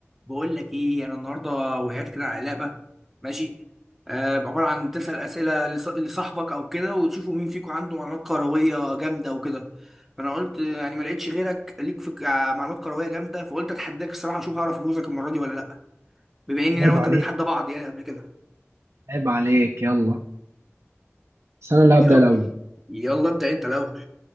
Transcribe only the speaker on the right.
عيب
عليك
عيب عليك يلا بس انا اللي هبدأ
الاول